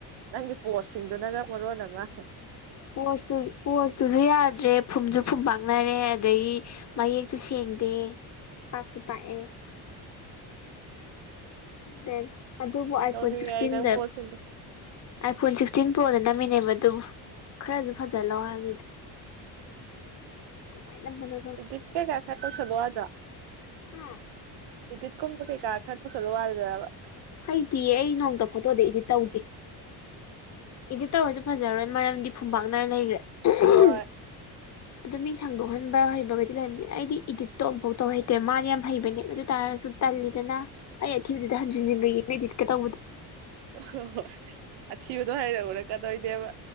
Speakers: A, on the right; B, on the left.
A: ꯅꯪꯒꯤ ꯄꯣꯠꯁꯤꯡꯗꯨꯅꯒ ꯃꯔꯣꯟ ꯑꯃ ꯉꯥꯡ
B: ꯄꯣꯁꯨ ꯄꯣꯁꯇꯨꯁꯨ ꯌꯥꯗ꯭ꯔꯦ ꯐꯨꯝꯁꯨ ꯐꯨꯝ ꯄꯥꯛꯅꯔꯦ ꯑꯗꯒꯤ ꯃꯌꯦꯛꯁꯨ ꯁꯦꯡꯗꯦ ꯄꯥꯛꯁꯨ ꯄꯥꯛꯑꯦ ꯗꯦ ꯑꯗꯨꯕꯨ ꯑꯥꯏ
A: ꯅꯣꯛꯅꯤꯡꯉꯦ
B: ꯐꯣꯟ ꯁꯤꯛꯁꯇꯤꯟꯗ
A: ꯑꯩ ꯅꯪ ꯄꯣꯁꯁꯤꯡꯗꯣ
B: ꯑꯥꯏꯐꯣꯟ ꯁꯤꯛꯁꯇꯤꯟ ꯄ꯭ꯔꯣꯗ ꯅꯝꯃꯤꯅꯦ ꯃꯗꯨꯕꯨ ꯈꯔꯁꯨ ꯐꯖ ꯂꯧ ꯍꯥꯏꯅꯤꯅꯦ ꯀꯃꯥꯏꯅꯅꯣ
A: ꯗꯤꯞ ꯀꯦ ꯀꯥꯏ ꯈꯠꯇ ꯆꯂꯋꯥꯗ꯭ꯔꯥ
B: ꯍꯥ
A: ꯏꯗꯨꯠ ꯀꯨꯝꯕ ꯀꯩ ꯀꯥ ꯈꯗ ꯁꯂꯨꯋꯥꯗ꯭ꯔꯕ
B: ꯍꯩꯗꯤꯌꯦ ꯑꯩ ꯅꯣꯡꯃꯇ ꯐꯣꯇꯣꯗ ꯏꯗꯤ ꯇꯧꯗꯦ ꯏꯗꯤꯠ ꯇꯧꯔꯁꯨ ꯐꯖꯔꯣꯏ ꯃꯔꯝꯗꯤ ꯐꯨꯝꯄꯥꯛꯥꯛꯅꯔ ꯂꯩꯈ꯭ꯔꯦ <unintelligible>
A: ꯍꯣꯏ
B: ꯑꯗꯨ ꯃꯤ ꯁꯟꯗꯣꯛꯍꯟꯕ ꯍꯩꯕꯒꯗꯤ ꯂꯩꯔꯝꯅꯦ ꯑꯩꯗꯤ ꯏꯗꯤꯠꯇꯣ ꯑꯃꯝꯐꯥꯎ ꯇꯧ ꯍꯩꯇꯦ ꯃꯥꯗꯤ ꯌꯥꯝ ꯍꯩꯕꯅꯦꯕ ꯑꯗꯨ ꯇꯥꯔꯁꯨ ꯇꯜꯂꯤꯗꯅ ꯑꯩ ꯑꯊꯤꯕꯗꯨꯗ ꯍꯟꯖꯤꯟꯖꯤꯟꯒ ꯌꯦꯛꯅꯩꯗꯤꯠꯀ ꯇꯧꯕꯗꯣ
A: ꯑꯣ ꯍꯣ ꯍꯣꯏ ꯑꯊꯤꯕꯗꯣ ꯍꯔ ꯎꯔꯛꯀꯗꯣꯏꯅꯦꯕ